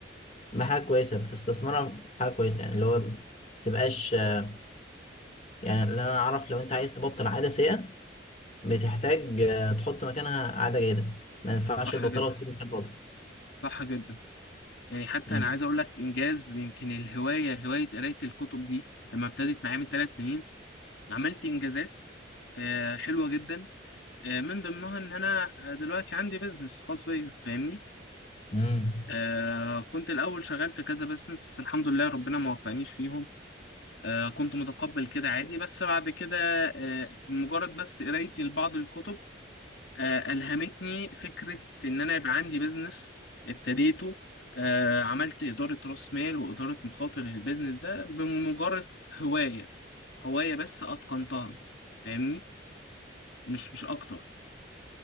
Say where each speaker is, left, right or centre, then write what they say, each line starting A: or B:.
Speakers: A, on the left; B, on the left.
A: بحاجة كويسة بتستثمرها في حاجة كويسة يعني اللي هو متبقاش آه، يعني اللي انا اعرف لو انت عايز تبطل عادة سيئة بتحتاج آه، تحط مكانها عادة جيدة ما ينفعش
B: صح
A: تبطلها
B: جدا
A: وتسيب مكان فاضي
B: صح جدا يعني حتى
A: مم.
B: أنا عايز أقول لك إنجاز يمكن الهواية هواية قراية الكتب دي لما ابتدت معايا من ثلاث سنين عملت إنجازات آه، حلوة جدا آه، من ضمنها إن أنا آه، دلوقتي عندي بيزنس خاص بيا فاهمني
A: مم.
B: آه كنت الأول شغال في كذا بزنس بس الحمد لله ربنا ما وفقنيش فيهم آه كنت متقبل كده عادي بس بعد كده آه مجرد بس قرايتي لبعض الكتب آه ألهمتني فكرة إن أنا يبقى عندي بزنس ابتديته آه عملت إدارة رأس مال وإدارة مخاطر للبزنس ده بمجرد هواية هواية بس أتقنتها فاهمني مش مش أكتر